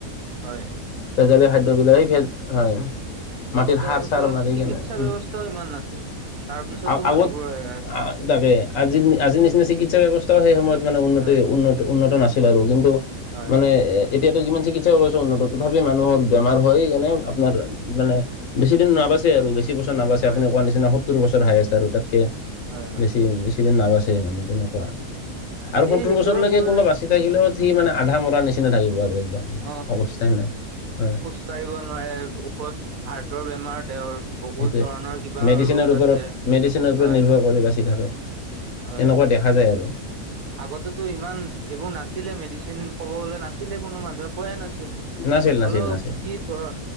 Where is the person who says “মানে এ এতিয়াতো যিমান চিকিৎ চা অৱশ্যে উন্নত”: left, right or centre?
Left